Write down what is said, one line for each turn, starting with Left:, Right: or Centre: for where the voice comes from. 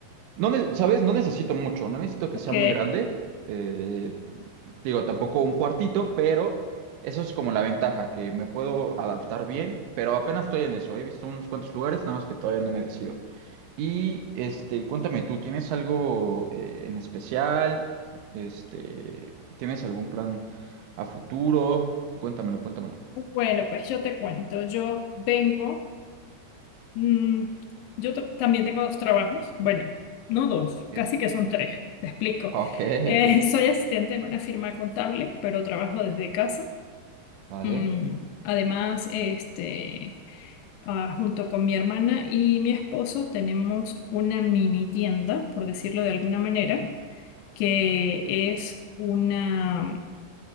Right: no, ne- ¿sabes? No necesito mucho, no necesito que
Left: ok.
Right: sea muy grande. eh, Digo, tampoco un cuartito, pero eso es como la ventaja, que me puedo adaptar bien, pero apenas estoy en eso. He visto unos cuantos lugares, nada más que todavía no me decido. Y este, cuéntame tú, ¿tienes algo eh, en especial? Este, ¿tienes algún plan a futuro? Cuéntamelo, cuéntamelo.
Left: Bueno, pues yo te cuento. Yo vengo, mm, yo t- también tengo dos trabajos. Bueno, no dos,
Right: Ok.
Left: casi que son tres. Te explico.
Right: Ok,
Left: Eh,
Right: ok,
Left: <laughs> soy asistente en una firma contable, pero trabajo desde casa.
Right: vale.
Left: Mm, Además, este, ah, junto con mi hermana y mi esposo tenemos una mini tienda, por decirlo de alguna manera, que es una...